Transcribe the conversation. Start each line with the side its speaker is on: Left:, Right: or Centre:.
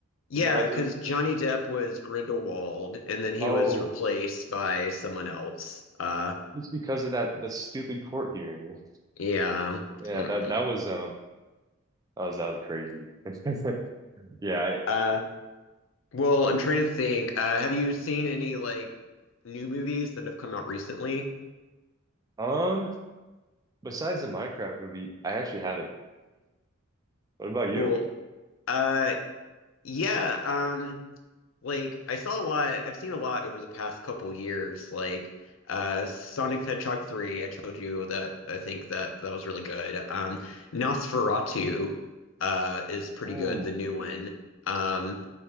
Left: Yeah,
Right: is what I've
Left: because
Right: heard.
Left: Johnny Depp was Grindelwald, and then he
Right: Oh,
Left: was replaced by someone else. Uh,
Right: it's because of that the stupid court hearing.
Left: yeah.
Right: Yeah,
Left: Mm.
Right: that that was um that was that was crazy. <laughs> Yeah,
Left: Uh, well, I'm trying to think. Uh, have you seen any like new movies that have come out recently?
Right: I, um besides the Minecraft movie, I actually haven't. What about you?
Left: Cool. Uh, yeah. Um, Like I saw a lot, I've seen a lot over the past couple years, like uh Sonic the Hedgehog 3, I told you that I think that that was really good. Um Nosferatu uh is pretty
Right: Ooh,
Left: good, the new one. Um